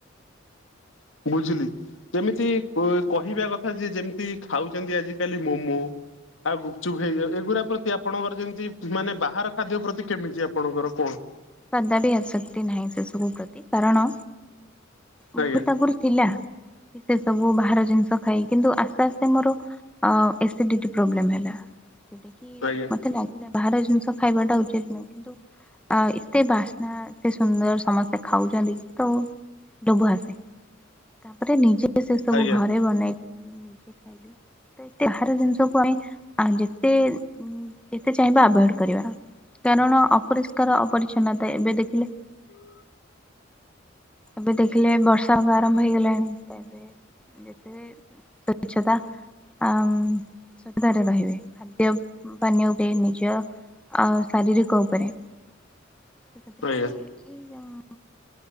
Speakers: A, on the left (about 70°); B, in the centre.
A: ବୁଝିଲି। ଯେମିତି କୁ କହିବା କଥା ଯେ ଯେମିତି ଖାଉଚନ୍ତି ଆଜି କାଲି ମୋମୋ ଆଉ ଗୁପଚୁପ୍ ହେଇ ଯାଉ ଏଗୁରା ପ୍ରତି ଆପଣଙ୍କର ଯେମିତି ମାନେ ବାହାର ଖାଦ୍ୟ ପ୍ରତି କେମିତି ଆପଣଙ୍କର କଣ?
B: କଦାବି ଆସକ୍ତି ନାହିଁ ସେ ସବୁ ପ୍ରତି। କାରଣ ଉଁ
A: ଆଜ୍ଞା
B: ବହୁତ୍ ଆଗୁରୁ ଥିଲା। ଏ ସେସବୁ ବାହାର ଜିନିଷ ଖାଇ କିନ୍ତୁ ଆସ୍ତେ ଆସ୍ତେ ମୋର ଅ ଏସିଡି଼ଟି ପ୍ରୋବ୍ଲେମ୍ ହେଲା ସେଟାକି
A: ଆଜ୍ଞା
B: ମତେ ଲା ଇଲା ବାହାର ଜିନିଷ ଖାଇବାଟା ଉଚିତ ନୁହେଁ କିନ୍ତୁ ଆ ଏ ତେ ବାସ୍ନା ଏତେ ସୁନ୍ଦର ସମସ୍ତେ ଖାଉଚନ୍ତି ତ ଡୋଭ ଆସେ। ତାପରେ ନିଜେ ସେ ସବୁ
A: ଆଜ୍ଞା
B: ଘରେ ବନେଇକିରି ନିଜେ ଖାଇଦିଏ। ବାହାର ଜିନିଷକୁ ଆମେ ଆଁ ଯେତେ ଯେତେ ଚାହିଁବା ଆଭଏଡ଼ କରିବା କାରଣ ଅପରିଷ୍କାର ଅପରିଚ୍ଛନ୍ନତା ଏବେ ଦେଖିଲେ
A: <inaudible>
B: ଏବେ ଦେଖିଲେ ବର୍ଷା ତ ଆରମ୍ଭ ହେଇଗଲାଣି ତ ଏବେ ଯେତେ ସ୍ବଚ୍ଛତା ଆମ୍ ସେତେରେ ରହିବେ। ଖାଦ୍ୟ ପାନୀୟ ବି ନିଜ ଅ ଶାରୀରି କ ଓପରେ ତ ସେଥିପାଇଁ
A: ଆଜ୍ଞା
B: ଏଇ ଯଉ